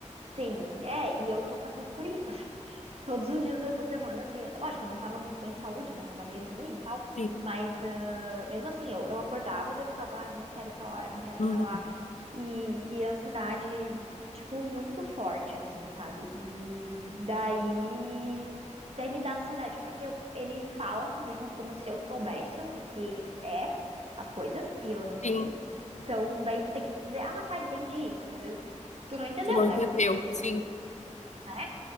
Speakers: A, on the right (about 50°); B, on the left (about 70°).
A: Sim. É, e eu tô passando por isso, assim. <laughs> Todos os dias dessa semana, assim. Lógico, eu não tava muito bem de saúde, né? Tava meio ruim e tal.
B: Sim.
A: Mas Mesmo assim, eu, eu acordava, daí eu ficava, ah, eu não quero ir pra lá, eu não quero ir
B: Uhum.
A: pra lá. E, e ansiedade, tipo, muito forte, assim, sabe? E daí. Daí me dá ansiedade, porque eu- ele fala comigo como se eu soubesse o que que é as coisas, e eu não sei.
B: Sim.
A: Então, daí tu tem que dizer, ah, tá, entendi. Só que às vezes tu não entendeu,
B: Tu não
A: né?
B: entendeu.
A: Porque tu,
B: Sim,
A: né?